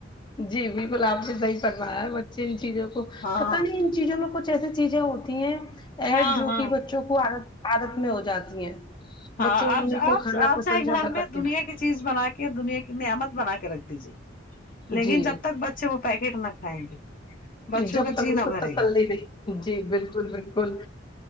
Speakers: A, on the left; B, on the left.
A: جی بالکل آپ نے صحیح فرمایا ہے بچے ان چیزوں کو
B: ہاں
A: پتا نہیں چیزوں میں کچھ ایسی چیزیں ہوتی ہیں ایڈ
B: ہاں
A: جو
B: ہاں
A: کہ بچوں کو عادت میں ہو جاتی ہیں
B: ہاں
A: بچوں
B: آپ
A: انہیں کو
B: آپ
A: کھانا
B: آپ
A: پسند
B: چاہے
A: زیادہ
B: گھر میں
A: کرتے
B: دنیا
A: ہیں
B: کی چیز بنا کے دنیا کی نعمت بنا کے رکھ دیجیے لیکن
A: جی
B: جب تک بچے وہ پیکٹ نہ کھائیں گے بچوں
A: جب
B: کا
A: تک
B: جینا
A: ان کو
B: بھرے
A: تسلی
B: گا
A: نہیں جی بالکل بال کل